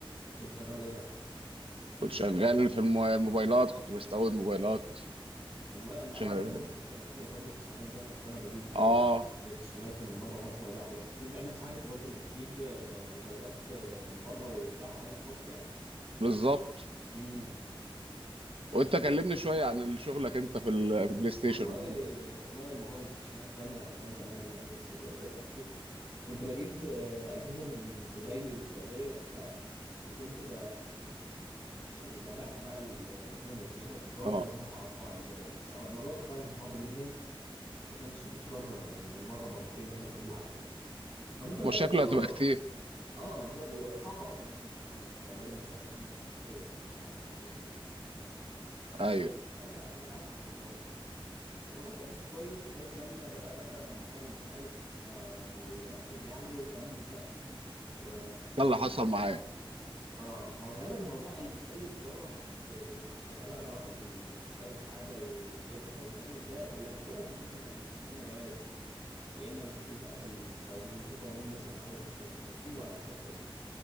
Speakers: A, on the right; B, on the right.
A: كنت شغال ايه بقى
B: كنت شغال في الم- الموبايلات كنت بستورد موبايلات
A: والله انت
B: شغال
A: عارف ان انا برضو كنت شغال في موضوع الاستشانات ده كنت انا بجيب
B: آه
A: آه، بلاي ستيشنات من بره مصر وابيعها برضه كنت بتعمل نفس الحاجه كنت برضو بتجيب آه، موبايلات آه، من بره وتبيعها هنا في مصر يعني
B: بالظبط
A: امم
B: وأنت كلمني شوية عن شغلك أنت في ال- في البلاي ستيشن
A: والله
B: وحاجات
A: والله موضوع البلايستيشنات ده انا كان زمان يعني بس دلوقتي وقفته كنت بجيب آه، اجهزه من دبي والسعوديه وبتاع وكنت ب يعني ببيعها بقى ال- الحاجه من الاثنين يا اما تجار
B: آه
A: يا اما ببيعها قطاعي لزباين بس موضوع القطاعي ده كان صعب جدا ما كانش بيتكرر يعني غير مره مرتين مثلا كان بالعافيه يعني فكنت ببيع
B: مشاكله
A: لتجار
B: هتبقى كتير
A: اه بالظبط وصعب اصلا انا ما عنديش محل فلازم الشخص عشان مش هثق فيا هثق في واحد على النت يعني اعرفه منين
B: أيوه
A: فانا بتع... كنت بتعامل مع تجار يعني الموضوع كان ماشي كويس لغاية لما بدأ بقى موضوع الجمارك يبقى يرخم يعني وكلام من ده و
B: ده اللي حصل معايا
A: اه ما هو غالبا موضوع اي بص اي تجارة بت- بتبقى شغالة لها علاقة بال- انك تستورد حاجة وتجيبها وكلام من ده لما بتقف بيكون سببها كده يا اما جمارك يا اما مشاكل بقى في القوانين في قوانين مثلا عملت مشاكل فبتقوم واقفة بسبب كده